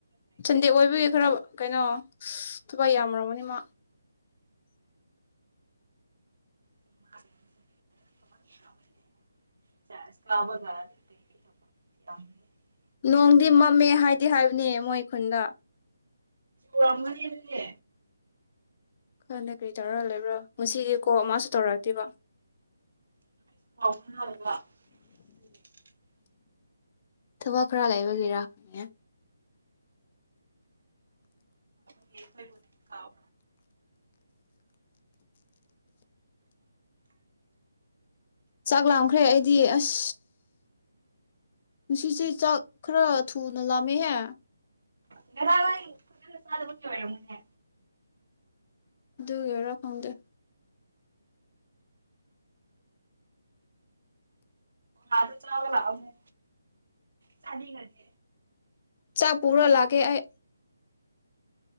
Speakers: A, on the left; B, on the right.
A: ꯆꯟꯗꯦ ꯑꯣꯏꯕꯩ ꯈꯔ ꯀꯩꯅꯣ ꯊꯥꯕꯛ ꯌꯥꯝꯔꯝꯃꯅꯤ ꯃꯥ
B: <unintelligible>
A: ꯅꯣꯡꯗꯤ ꯃꯝꯃꯦ ꯍꯥꯏꯗꯤ ꯍꯥꯏꯕꯅꯦ ꯃꯣꯏ ꯈꯨꯟꯗ
B: ꯎꯔꯝꯒꯅꯤ ꯑꯗꯨꯗꯤ
A: ꯈꯪꯗꯦ ꯀꯔꯤ ꯇꯧꯔꯥ ꯂꯩꯕ꯭ꯔꯥ ꯉꯥꯁꯤꯗꯤ ꯀꯣ ꯃꯁꯨ ꯇꯧꯔꯛꯇꯦꯕ
B: <inaudible>
A: ꯊꯕꯛ ꯈꯥꯔ ꯂꯩꯕꯒꯤꯔ ꯍꯪꯡꯉꯦ
B: ꯑꯦ ꯈꯩꯔꯣꯟ ꯀꯥꯎ
A: ꯆꯥꯛ ꯂꯥꯝꯈ꯭ꯔꯦ ꯑꯩꯗꯤ ꯑꯁ ꯉꯥꯁꯤꯁꯦ ꯆꯥꯛ ꯈꯥꯔ ꯊꯨꯅ ꯂꯥꯝꯃꯦꯍꯦ
B: ꯉꯥꯔꯥꯡ ꯋꯥꯢ ꯐꯖꯅꯥ ꯆꯥꯗꯕꯒꯤ ꯑꯣꯢꯔꯝꯅꯤꯌꯦ
A: ꯗꯨꯒꯤꯔ ꯈꯪꯡꯗꯦ
B: ꯑꯥꯗ ꯆꯥꯕ ꯂꯛꯑꯣꯍꯦ ꯆꯥꯅꯤꯡꯔꯗꯤ
A: ꯆꯥꯛ ꯄꯨꯔꯥ ꯂꯥꯛꯀꯦ ꯑꯩ